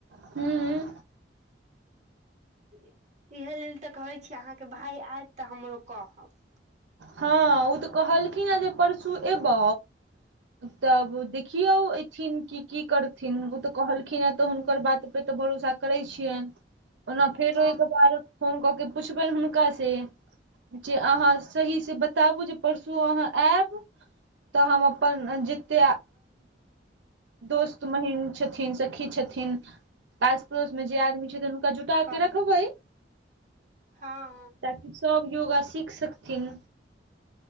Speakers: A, on the right; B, on the right.
A: हूंम्म
B: इहे लेल तऽ कहै छी अहाँके भाय आयत तऽ हमरो कहब
A: हँ ओ तऽ कहलखिन हेँ जे परसू एबौ तब देखियौ एथिन कि की करथिन ओ तऽ कहलखिन हें तऽ हुनकर बात पे तऽ भरोसा करै छियनि ओना फेरो
B: हँ
A: एक बार फोन कऽ के पुछबनि हुनका से जे अहाँ सही से बताबू जे परसू अहाँ एब तऽ हम अपन जेते दोस्त महीन छथिन सखी छथिन आस पड़ोस मे जे आदमी छथिन जूटाके
B: कह
A: रखबै
B: हँ
A: ताकि सब योगा सीख सकथिन